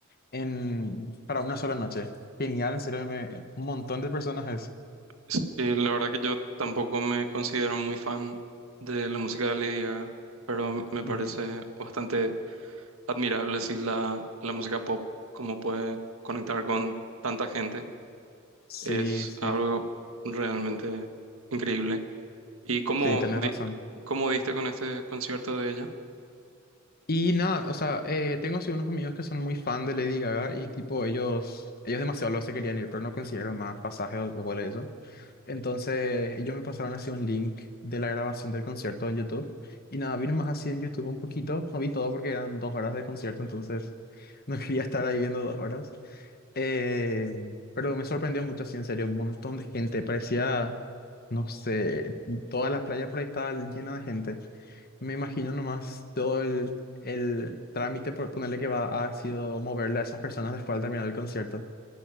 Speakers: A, on the left (about 45°); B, on the right (about 70°).
A: en, para una sola noche. Genial, en serio, me- un montón de personas es.
B: Sí, la verdad que yo tampoco me considero muy fan de la música de Lady Gaga, pero me
A: Ujú.
B: parece bastante admirable si la, la música pop, como puede conectar con tanta gente,
A: Sí,
B: es
A: sí,
B: algo realmente increíble. ¿Y cómo,
A: sí, tenés
B: di-
A: razón.
B: cómo diste con este concierto de ella?
A: Y nada, o sea, eh, tengo así unos amigos que son muy fan de Lady Gaga y tipo ellos, ellos demasiado lo se querían ir, pero no consiguieron más pasajes o- de vuelo y eso. Entonces ellos me pasaron así un link de la grabación del concierto en YouTube y nada, vi más así en YouTube un poquito, no vi todo porque eran dos horas de concierto, entonces no <laughs> quería estar ahí viendo dos horas. Eh, pero me sorprendió mucho así, en serio, un montón de gente, parecía, no sé, toda la playa por ahí estaba llena de gente. Me imagino nomás todo el, el trámite, por ponerle que va, ha sido moverle a esas personas después al terminar el concierto.